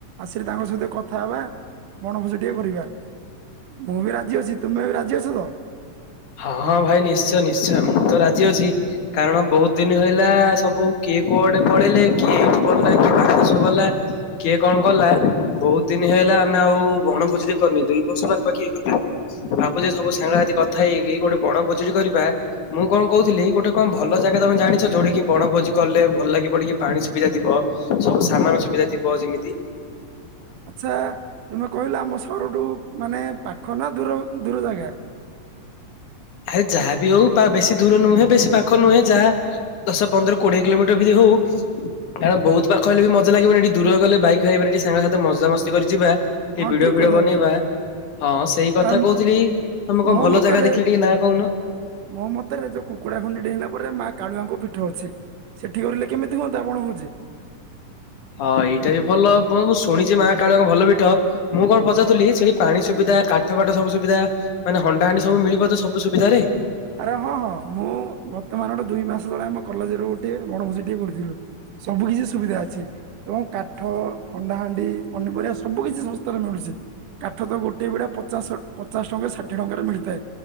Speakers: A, on the right (about 85°); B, on the left (about 75°).
A: ଆସିଲେ ତାଙ୍କ ସହିତ କଥା ହବା। ବଣଭୋଜି ଟିକେ କରିବା ମୁଁ ବି ରାଜି ଅଛି ତୁମେ ବି ରାଜି ଅଛ ତ?
B: ହଁ ହଁ ଭାଇ ନିଶ୍ଚୟ ନିଶ୍ଚୟ ମୁଁ ତ ରାଜି ଅଛି। କାରଣ ବହୁତ ଦିନ ହେଲା ସବୁ କିଏ କୋଆଡେ ପଳେଇଲେ କିଏ ଏଇଠି ପଢିଲା କିଏ ବାହାର ଦେଶ କୁ ଗଲା। କିଏ କଣ କଲା? ବହୁତ ଦିନ ହେଲା ଆମେ ଆଉ ବଣଭୋଜିରେ କରିନି ଦୁଇ ବର୍ଷ ପାଖପାଖି ହୋଇଗଲା। ଭାବୁଚେ ସବୁ ସାଙ୍ଗ ସାଥୀ କଥା ହେଇକି ଗୋଟେ ବଣ ଖୋଜୁରୀ କରିବା। ମୁଁ କଣ କହୁଥିଲି ଗୋଟେ କଣ ଭଲ ଜାଗା ତମେ ଜାଣିଛ ଯୋଉଠିକି ବଣଭୋଜି କଲେ ଭଲ ଲାଗିବ ଟିକେ ପାଣି ସୁବିଧା ଥିବ? ସବୁ ସମାନ ସୁବିଧା ଥିବ ଯେମିତି।
A: ଆଚ୍ଛା। ତମେ କହିଲ ଆମ ସହରଠୁ ମାନେ ପାଖ ନା ଦୂର ଦୂର ଜାଗା।
B: ଆରେ ଯାହା ବି ହଉ ବେଶୀ ଦୂର ନୁହେଁ ବେଶୀ ପାଖ ନୁହେଁ ଯାହା ଦଶ, ପନ୍ଦର, କୋଡ଼ିଏ କିଲୋମିଟର ଭି ଯଦି ହଉ। କାରଣ ବହୁତ ପାଖ ହେଲେ ବି ମଜା ଲାଗିବନି ଏଠି ଦୂର ଗଲେ ବାଇକ ଫାଇକ ରେ ଟିକେ ସାଙ୍ଗସାଥି ମଜାମସ୍ତି କରିିକି ଯିବା। ଟିକିଏ
A: ହଁ
B: ଭିଡ଼ିଓ
A: ଠିକ
B: ଫିଡଓ
A: କଥା
B: ବନେଇବା
A: କହିଲ
B: ହଁ ସେଇ କଥା
A: ଆ
B: କହୁଥିଲି ତମେ କଣ
A: ମୋ
B: ଭଲ
A: ମତରେ
B: ଜାଗା ଦେଖିଲେ ଟିକେ ନାଁ କହୁନ?
A: ମୋ ମତରେ ଯୋଉ କୁକୁଡ଼ାଖୁଣ୍ଡି ଡେଇଁଲା ପରେ ମାଆ କାଳୁଆଙ୍କ ପୀଠ ଅଛି। ସେଠି କରିଲେ କେମିତି ହୁଅନ୍ତା ବଣଭୋଜୀ।
B: ହଁ! ଏଇଟା ବି ଭଲ ମୁଁ ଶୁଣିଛି ମା କାଳୁଆଙ୍କ ଭଲ ପୀଠ। ମୁଁ କଣ ପଚାରୁଥିଲି ସେଠି ପାଣି ସୁବିଧା କାଠ ପାଠ ସବୁ ସୁବିଧା ମାନେ ହଣ୍ଡା ହଣ୍ଡି ସବୁ ମିଳିବ ତ ସବୁ ସୁବିଧାରେ।
A: ଆରେ ହଁ ହଁ ମୁଁ ବର୍ତ୍ତମାନ ଗୋଟେ ଦୁଇ ମାସ ତଳେ ଆମ କଲେଜ ର ଗୋଟିଏ ବଣଭୋଜ ଟିଏ କରିଥିଲୁ ସବୁ କିଛି ସୁବିଧା ଅଛି। ଏବଂ କାଠ ହଣ୍ଡାହାଣ୍ଡି ପନିପରିବା ସବୁ କିଛି ଶସ୍ତାରେ ମିଳୁଛି। କା କାଠ ତ ଗୋଟେ ବିଡା ପଚାଶ ପଚାଶ ଟଙ୍କାରୁ ଷାଠିଏ ଟଙ୍କାରେ ମିଳିଥାଏ।